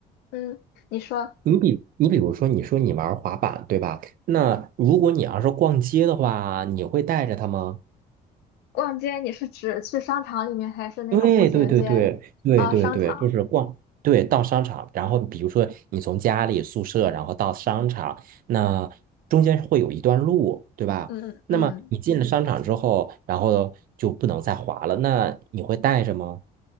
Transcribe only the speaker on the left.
嗯，你说
逛街，你是指去商场里面，还是那种步行街
啊？商场。
嗯嗯。